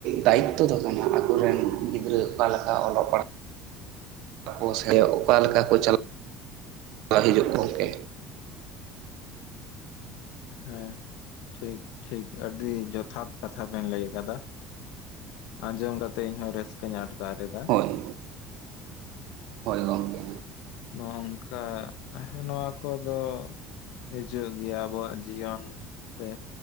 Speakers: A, on the right; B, on the left.
A: ᱫᱟᱭᱤᱛ ᱛᱚ ᱫᱚ ᱠᱟᱱᱟ ᱟᱠᱚᱨᱮᱱ ᱜᱤᱫᱽᱨᱟᱹ ᱚᱠᱟᱞ ᱞᱮᱠᱟ ᱚᱞᱚᱜ ᱯᱟᱲᱦᱟᱜ ᱟᱠᱚ ᱥᱮ ᱚᱠᱟ ᱞᱮᱠᱟ ᱠᱚ ᱪᱟᱞᱟᱜ <inaudible> ᱜᱚᱢᱠᱮ
B: ᱦᱮᱸ ᱴᱷᱤᱠ ᱴᱷᱤᱠ ᱟᱹᱰᱤ ᱡᱚᱛᱷᱟᱛ ᱠᱟᱛᱷᱟ ᱵᱮᱱ ᱞᱟᱹᱭ ᱟᱠᱟᱫᱟ ᱟᱸᱡᱚᱢ ᱠᱟᱛᱮ ᱤᱧᱦᱚᱸ ᱨᱟᱹᱥᱠᱟᱹᱧ ᱟᱴᱠᱟᱨ ᱮᱫᱟ
A: ᱦᱳᱭ ᱦᱳᱭ ᱜᱚᱝᱠᱮ
B: ᱱᱚᱝᱠᱟ ᱦᱚ ᱱᱚᱣᱟ ᱠᱚᱫᱚ ᱦᱤᱡᱩᱜ ᱜᱮᱭᱟ ᱟᱵᱚᱣᱟᱜ ᱡᱤᱭᱚᱱ ᱨᱮ